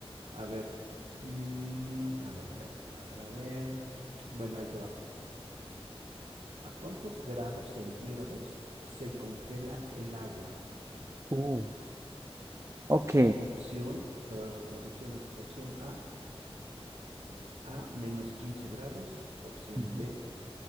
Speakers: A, on the right; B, on the right.
A: A ver. mm, a ver, a ver, a ver, a ver. Bueno, ahí te va. ¿A cuántos grados centígrados se congela el agua?
B: Uh, ok.
A: Opción, te va a dar las tres opciones. Opción A, a menos 15 grados. Opción
B: Ujú.
A: B,